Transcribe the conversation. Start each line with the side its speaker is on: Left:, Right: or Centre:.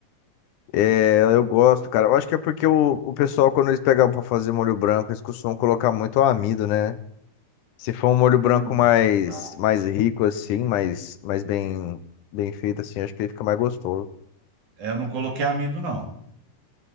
Left: É, eu gosto, cara. Eu acho que é porque o, o pessoal, quando eles pegavam pra fazer molho branco, eles costumam colocar muito amido, né? Se for um molho branco
Right: Exato.
Left: mais, mais rico, assim, mais, mais bem, bem feito, assim, acho que ele fica mais gostoso.
Right: É, Eu não coloquei amido, não.